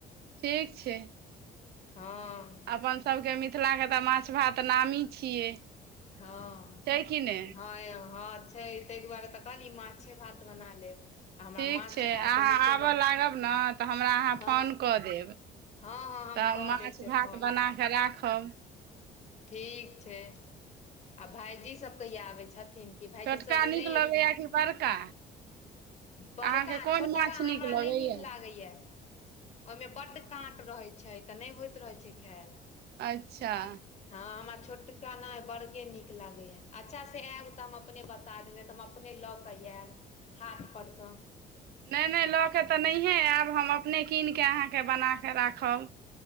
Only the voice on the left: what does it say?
हँ
हँ
हँ हँ छै तऽ दुआरे तऽ कहली, माछ भात बना लेब। आ हमरा
माछ
भात
नीको
लग
हँ
हँ हँ हम
कऽ
देब से
फोन
ठीक छै। आ भाइजी सभ कहिया आबै छथिन कि भाईजी
सबी
नहि
एथि
बड़का
छोटका
हमरा
नहि नीक लागैए ओहिमे बड काँट रहै छै। त नहि होइत रहै छै खायल
हँ, हमरा छोटका नहि, बड़गे नीक लागैए। अच्छा से आयब तऽ हम अपने बता। दम तऽ हम अपने लऽ केऽ आयब हाट परसँ।